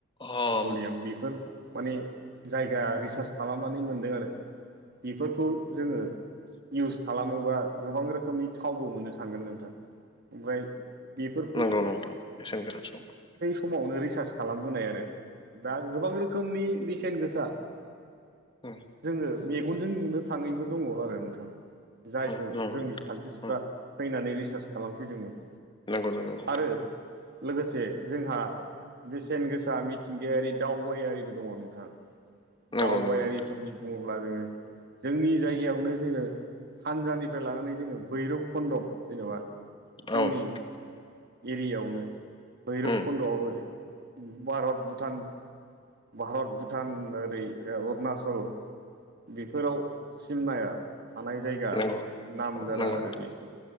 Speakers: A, on the left (about 25°); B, on the right (about 50°).
A: अ
B: पेट्रलियाम बेफोर माने जायगा रिसार्च खालामनानै मोनदों आरो बेफोरखौ जोङो। इउस खालामोबा गोबां रोखोमनि थावबो मोननो थांगोन नोंथां ओमफ्राय, बेफोरखौ
A: नंगौ नोंथां बेसेनगोरा समखौ
B: खमावनो रिसार्च खालामबोनाय आरो दा गोबां रोखोमनि बेसेन गोसा
A: <inaudible>
B: जोङो मेगनजों नुनो थाङैबो दङ आरो नोंथां। जायखौ
A: उम नंगौ
B: जोंनि
A: नोंथां
B: साइन्टिस्टफ्रा
A: उम
B: फैनानै रिसार्च खालामफैदोंमोन।
A: नोंगौ-नोंगौ
B: आरो लोगोसे जोंहा बेसेन गोसा मिथिंगायारि दावबायारिबो दङ नोंथां।
A: नंगौ
B: दावबायारिफोरनि
A: नंगौ नोंथां
B: बुङोब्ला जोङो जोंनि जायगायावनो जोङो सानजानिफ्राय लानानै जोङो भैरब खन्द जेनेबा जोंनि
A: औ उम
B: एरियायावनो भैरब
A: उम
B: खन्द'आवबो भारत भुटान भारत भुटान ओरै अरुणाचल बेफोराव सिमनाया थानाय जायगा
A: नंगौ
B: नामजादा
A: नंगौ
B: आरो
A: नोंथां
B: बेफोर।